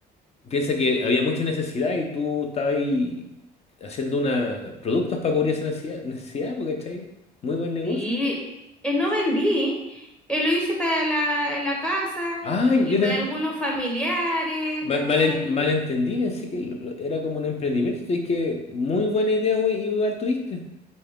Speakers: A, on the left; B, in the centre.
A: Piensa que había mucha necesidad y tú estabas ahí haciendo una, productos para cubrir esa necesidad, necesidad, porque ¿cachai? Muy buen negocio.
B: Sí, eh, no vendí, eh, lo hice para la, en la casa
A: Ah, yo
B: y para
A: te,
B: algunos familiares,
A: mal,
B: ¿cachai?
A: mal, en- malentendí, pensé que lo- lo- era como un emprendimiento. Así que muy buena idea, güey, igual tuviste.